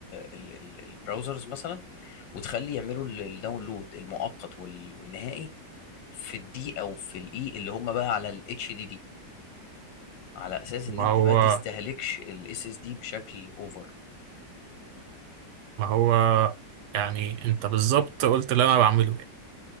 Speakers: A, on the left; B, on the right.
A: البراوزرز مثلا وتخلي يعملوا ال- الداونلود المؤقت وال- والنهائي في الدي او في الاي اللي هم بقى على الاتش دي دي على اساس ان
B: ما
A: انت
B: هو
A: ما تستهلكش الاس اس دي بشكل اوفر
B: ما هو يعني أنت بالظبط قلت اللي أنا بعمله يعني